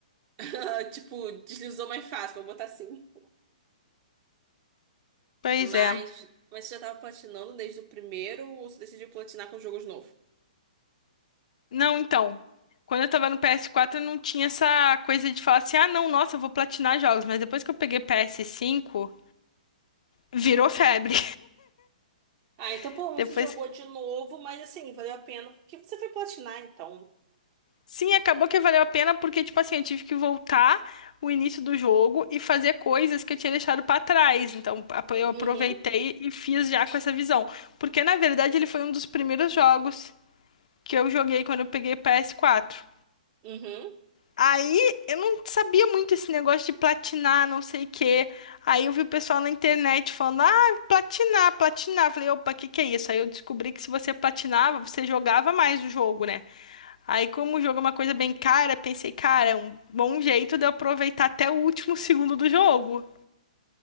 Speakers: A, on the right; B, on the left.
A: <laughs> Tipo, deslizou mais fácil, vou botar assim.
B: Pois
A: Mas,
B: é.
A: mas você já tava platinando desde o primeiro ou você decidiu platinar com jogos novos?
B: Não, então. Quando eu tava no ps quatro eu não tinha essa coisa de falar assim: ah, não, nossa, eu vou platinar jogos. Mas depois que eu peguei ps cinco, virou febre.
A: Ah, então
B: <laughs>
A: pelo menos
B: Depois
A: você jogou de novo, mas assim, valeu a pena, porque você foi platinar, então.
B: Sim, acabou que valeu a pena porque, tipo assim, eu tive que voltar o início do jogo e fazer coisas que eu tinha deixado pra trás. Então, ap- eu
A: Uhum,
B: aproveitei e fiz já com essa visão. Porque, na verdade, ele foi um dos primeiros jogos que eu joguei quando eu peguei PS4.
A: uhum.
B: Aí, eu não sabia muito esse negócio de platinar, não sei o quê. Aí eu vi o pessoal na internet falando, ah, platinar, platinar. Falei, opa, o que que é isso? Aí eu descobri que se você platinava, você jogava mais o jogo, né? Aí, como o jogo é uma coisa bem cara, pensei, cara, é um bom jeito de eu aproveitar até o último segundo do jogo.